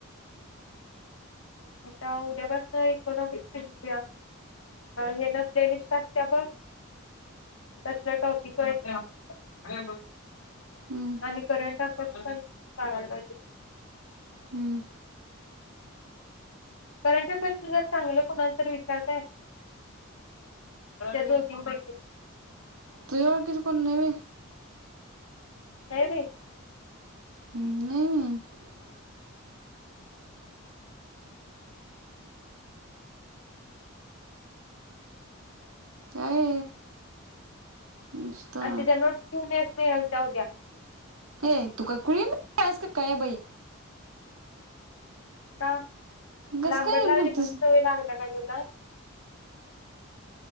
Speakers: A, on the left (about 75°); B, on the right (about 85°).
A: आता उद्या बास ना इकोनॉमिक्या हे ना प्लेलिस्ट असते बघ त्याचा टॉपिक आहे
B: हम्म
A: आणि करंट अफेयर्स पण सांगायला पाहिजे.
B: हम्म
A: कारण त्या प तुझ चांगलं कुणाला तर विचार काय त्या दोन-तीन पैकी
B: तुझा बाकीचे कोण नाय बाई.
A: काय रे
B: हम्म नाय आहे. काय नुसता
A: आणि तिच्या नोट. <unintelligible> मिळेल काय उद्या?
B: तेय तु ककुडीन असतं काय बाई?
A: चार
B: कस
A: लांबडलाय
B: काय बोलतीस
A: <unintelligible> वेय लागला बाई. हो दाय